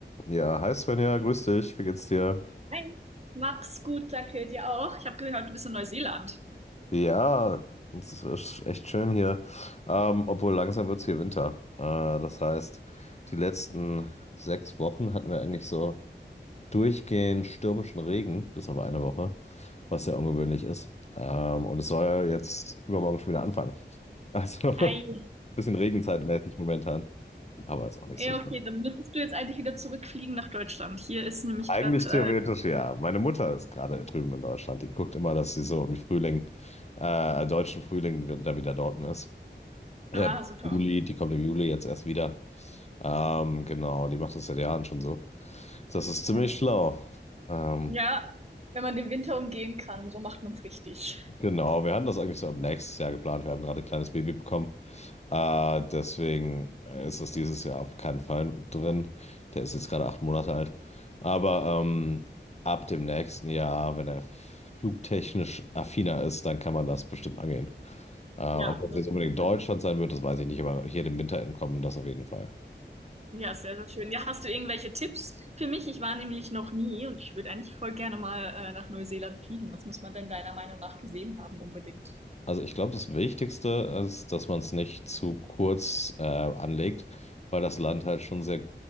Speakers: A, on the left (about 35°); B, on the right (about 35°).
A: Ja, hi Svenja, grüß dich, wie geht's dir?
B: Hi. Mach's gut, danke dir auch. Ich habe gehört, du bist in Neuseeland.
A: Ja, es ist echt schön hier. Ähm, obwohl langsam wird's hier Winter. Äh, das heißt, die letzten sechs Wochen hatten wir eigentlich so durchgehend stürmischen Regen, bis auf eine Woche, was sehr ungewöhnlich ist. Ähm, und es soll ja jetzt übermorgen schon wieder anfangen. Also, <laughs>
B: Ei.
A: bisschen regenzeitmäßig momentan, aber ist auch nicht
B: Ja,
A: so.
B: okay, dann müsstest du jetzt eigentlich wieder zurückfliegen nach Deutschland. Hier ist nämlich
A: Eigentlich
B: gerade.
A: theoretisch
B: Äh,
A: ja. Meine Mutter ist gerade drüben in Deutschland. Die guckt immer, dass sie so im Frühling, äh, deutschen Frühling, wi- da wieder dort ist.
B: ah,
A: Ja,
B: super.
A: Juli, die kommt im Juli jetzt erst wieder. Ähm, genau, die macht das seit Jahren schon so. Das ist ziemlich
B: Okay.
A: schlau. Ähm,
B: Ja, wenn man den Winter umgehen kann, so macht man's richtig.
A: Genau, wir hatten das eigentlich so ab nächstes Jahr geplant. Wir haben gerade ein kleines Baby bekommen. Äh, deswegen ist das dieses Jahr auf keinen Fall drin. Der ist jetzt gerade acht Monate alt. Aber ähm, ab dem nächsten Jahr, wenn er flugtechnisch affiner ist, dann kann man das bestimmt angehen. Äh, ob
B: Ja,
A: das
B: das
A: jetzt unbedingt
B: ist mein.
A: Deutschland sein wird, das weiß ich nicht, aber hier dem Winter entkommen, das auf jeden Fall.
B: Ja, sehr, sehr schön. Ja, hast du irgendwelche Tipps für mich? Ich war nämlich noch nie und ich würde eigentlich voll gerne mal äh, nach Neuseeland fliegen. Was muss man denn deiner Meinung nach gesehen haben unbedingt?
A: Also ich glaube, das Wichtigste ist, dass man es nicht zu kurz äh, anlegt, weil das Land halt schon sehr